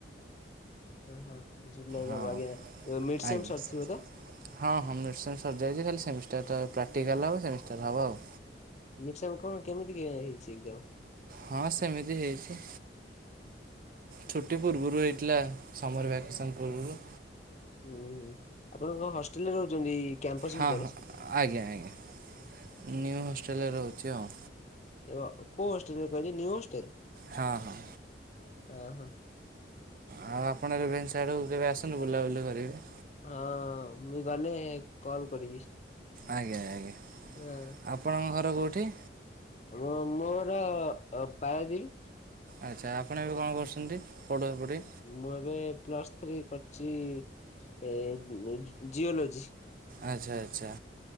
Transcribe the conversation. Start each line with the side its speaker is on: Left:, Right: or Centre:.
Left: <unintelligible>
Right: ହଁ ଆଜ୍ଞା ହଁ ହଁ ମିର୍ଶନ ସରିଯାଇଛି ଖାଲି ସେମିଷ୍ଟାରଟା ପ୍ରାକ୍ଟିକାଲ ହବ ସେମିଷ୍ଟାର ହବ ଆଉ।
Left: ମିର୍ସା କଣ କେମିତିକା ହେଇଛି ଏକ୍ଜାମ୍?
Right: ହଁ ସେମିତି ହେଇଛି। ଛୁଟି ପୂର୍ବରୁ ହେଇଥିଲା ସମର୍ ଭ୍ୟାକେସନ୍ ପୂର୍ବରୁ।
Left: ହୁଁ ଆପଣ କଣ ହଷ୍ଟେଲରେ ରହୁଛନ୍ତି କ୍ୟାମ୍ପସ
Right: ହଁ
Left: ଭିତରେ।
Right: ହଁ ଆଜ୍ଞା ଆଜ୍ଞା ନ୍ୟୁ ହଷ୍ଟେଲରେ ରହୁଛି ଆଉ।
Left: ଏ କଉ ହୋଷ୍ଟେଲରେ କହିଲେ ନିୟୁ ହଷ୍ଟେଲ।
Right: ହଁ ହଁ।
Left: ହଁ ହଁ।
Right: ଆଉ ଆପଣ ରେଭେନ୍ସା ଆଡକୁ କେବେ ଆସନ୍ତୁ ବୁଲାବୁଲି କରିବେ।
Left: ହଁ ମୁଁ ବି ଗଲେ କଲ କରିବି।
Right: ଆଜ୍ଞା ଆଜ୍ଞା
Left: ହଁ
Right: ଆପଣଙ୍କ ଘର କୋଉଠି?
Left: ମୋ ମୋର ଅ ପାରାଦ୍ଵୀପ।
Right: ଆଚ୍ଛା ଆପଣ ଏବେ କଣ କରୁଛନ୍ତି ପଢା ପଢି?
Left: ମୁଁ ଏବେ ପ୍ଲସ୍ ଥ୍ରୀ କରିଛି ଏ ଜିଓଲୋଜି।
Right: ଆଚ୍ଛା ଆଚ୍ଛା